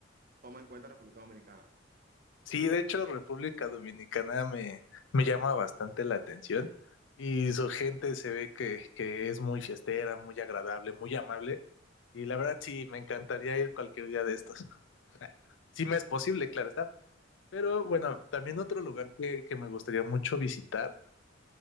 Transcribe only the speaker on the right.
toma en cuenta República Dominicana.